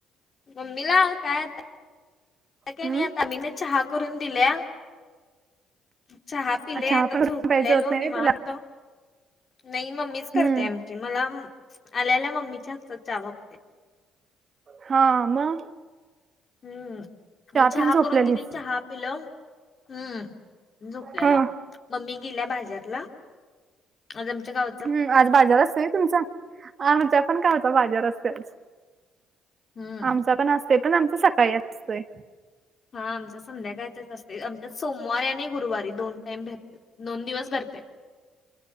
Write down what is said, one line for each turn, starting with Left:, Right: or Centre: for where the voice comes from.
Left: मम्मीला काय आता ता काय
Right: हम्म
Left: नाही आता मम्मी न चहा करून दिल्या. चहा पिलेय
Right: चहा
Left: आता
Right: पण
Left: झोपलेलो
Right: प्यायचं होत नाही
Left: निवांत.
Right: व्हय तुला
Left: नाही मम्मीच
Right: हम्म
Left: करते आमची मला आल्या आल्या मम्मीच्या हातचा चहा लागतो.
Right: हा मग
Left: हम्म, मग चहा
Right: पिऊन झोपलेलीस
Left: करून दिली चहा पिलो. हम्म झोपल्यालो.
Right: हा
Left: मम्मी गेल्या बाजारला. आज आमच्या गाव
Right: हम् आज बाजार असतोय तुमचा आमच्या पण गावचा बाजार असतोय.
Left: हम्म.
Right: आमचा पण असतंय, पण आमचं सकाळी असतंय.
Left: हा आमच्यात संध्याकाळचं असतंय आमच्यात सोमवारी आणि गुरुवारी दोन टाईम भेटतात. दोन दिवस भरतंय.